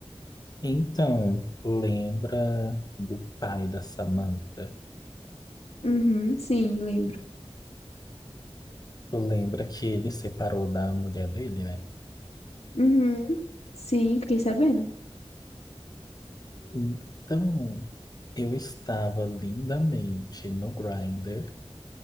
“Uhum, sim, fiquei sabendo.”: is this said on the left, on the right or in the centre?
Left